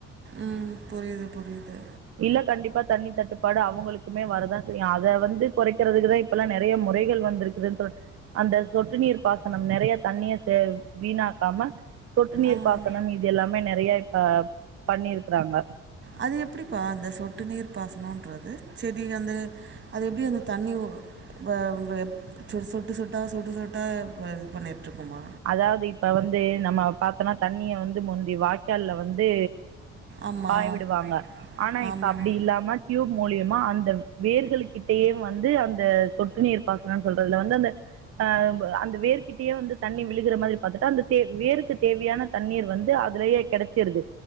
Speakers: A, on the right; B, on the right.
A: ம் புரிது புரிது
B: இல்ல கண்டிப்பா தண்ணி தட்டுப்பாடு அவுங்களுக்குமே வரதா செய்யு அத வந்து கொறைக்கிறதுக்கு தா இப்பெல்லா நெறைய முறைகள் வந்திருக்குதுன் சொல் அந்த சொட்டு நீர் பாசனம் நெறைய தண்ணிய செ வீணாக்காம சொட்டு நீர்
A: ஆ
B: பாசனம் இது எல்லாமே நெறைய இப்ப பண்ணிருக்கறாங்க
A: அது எப்படிப்பா அந்த சொட்டு நீர் பாசனோன்றது செடி அந்த அது எப்டி அந்த தண்ணி உ வ வ ப் சு சொட்டு சொட்டா சொட்டு சொட்டா ப இது பண்ணிட்ருக்குமா
B: அதாவ்து இப்ப வந்து நம்ம பாத்தனா தண்ணிய வந்து முந்தி வாய்க்கால்ல வந்து
A: ஆமாம்
B: பாய விடுவாங்க ஆனா
A: ஆமாம்
B: இப்ப அப்டி இல்லாம டியூப் மூலிய மா அந்த வேர்கள்கிட்டயே வந்து அந்த சொட்டு நீர் பாசனன் சொல்றதுல வந்து அந்த ஆ ப அந்த வேர்கிட்டையே வந்து தண்ணி விழுகற மாதிரி பாத்துட்டா அந்த தே வேருக்கு தேவையான தண்ணீர் வந்து அதுலயே கெடைச்சிருது